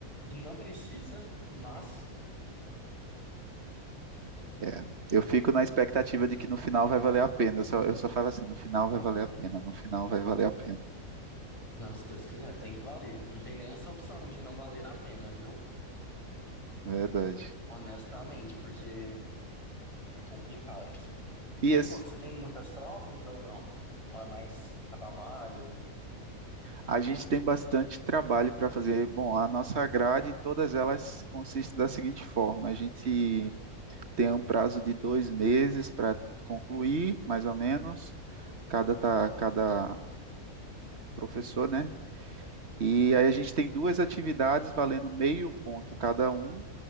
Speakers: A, on the left; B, on the right.
A: que não precisa, mas,
B: É. Eu fico na expectativa de que no final vai valer a pena. Eu só, eu só falo assim, no final vai valer a pena, no final vai valer a pena.
A: não, se Deus quiser, tem que valer. Não tem nem essa opção de não valer a pena, viu?
B: Verdade.
A: Honestamente, porque é complicado.
B: E
A: E
B: esse,
A: me conta, você tem muitas provas ou não? Ou é mais trabalho?
B: a gente tem bastante trabalho para fazer. Bom, a nossa grade, todas elas consistem da seguinte forma: a gente tem um prazo de dois meses para concluir, mais ou menos, cada, tá, cada professor, né? E aí a gente tem duas atividades valendo meio ponto cada um